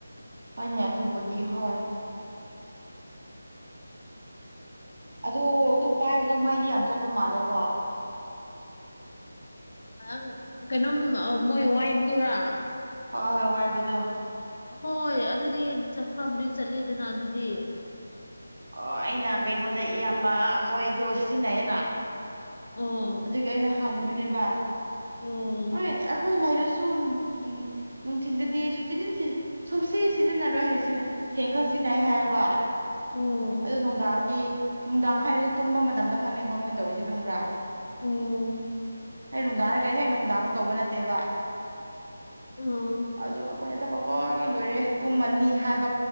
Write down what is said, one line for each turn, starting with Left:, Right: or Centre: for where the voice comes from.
Right: ꯍꯣꯏꯅꯦ ꯑꯗꯨꯕꯨꯗꯤ ꯍꯣꯏ ꯑꯗꯨ ꯑꯗꯨ ꯄꯥꯏꯕꯗꯣ ꯃꯩꯗꯤ ꯌꯥꯝ ꯆꯠꯄ ꯃꯥꯜꯂꯦꯀꯣ
Left: ꯅꯪ ꯀꯩꯅꯣꯝ ꯃꯣꯏ ꯋꯥꯏꯕꯗꯨꯔꯥ
Right: ꯍꯣꯏ ꯍꯣꯏ ꯋꯥꯏꯕꯗꯣ
Left: ꯍꯣꯏ ꯑꯗꯨꯗꯤ ꯆꯈ꯭ꯔꯕꯗꯤ ꯆꯠꯂꯦꯗꯅ ꯑꯗꯨꯗꯤ
Right: ꯑꯣ ꯑꯩꯅ ꯀꯩꯅꯣꯗ ꯏꯌꯥꯝꯕ ꯃꯣꯏꯗ ꯁꯤꯖꯤꯟꯅꯩꯌꯦꯦꯅ
Left: ꯎꯝ
Right: ꯑꯗꯨꯒꯤ ꯑꯩꯅ ꯍꯪꯕꯅꯦꯕ
Left: ꯎꯝ
Right: ꯍꯣꯏ ꯑꯩꯈꯣꯏ ꯂꯩꯔꯁꯨ ꯁ ꯎꯝ ꯅꯨꯡꯊꯤꯟꯗꯗꯤ ꯁꯨꯞ ꯁꯨꯞꯁ ꯁꯤꯖꯤꯟꯅꯔꯣꯏ ꯍꯥꯏꯅ ꯁꯤꯅ ꯊꯦꯡ ꯈ ꯖꯤ ꯅꯥꯏ ꯍꯥꯏꯦꯕ
Left: ꯎꯝ
Right: ꯑꯗꯨ ꯅꯨꯡꯗꯥꯡꯗꯤ ꯅꯨꯡꯗꯥꯡ ꯍꯥꯏꯔꯁꯨ ꯇꯨꯝꯕ ꯃꯇꯝꯗ ꯈꯪꯅꯦꯕ ꯃꯣꯏꯅ ꯇꯧꯔꯤꯁꯦ ꯈꯪꯕ꯭ꯔꯥ
Left: ꯎꯝ
Right: ꯑꯩ ꯅꯨꯡꯗꯥꯡꯔꯒꯔꯤ ꯍꯦꯛ ꯅꯨꯡꯗꯥꯡꯕ ꯇꯧꯕ ꯅꯠꯇꯦꯕ
Left: ꯎꯝ
Right: ꯑꯗꯨꯝ ꯊꯕꯛ ꯂꯣꯏ ꯂꯣꯏꯔꯦ ꯇꯨꯝꯃꯅꯤ ꯍꯥꯏꯕ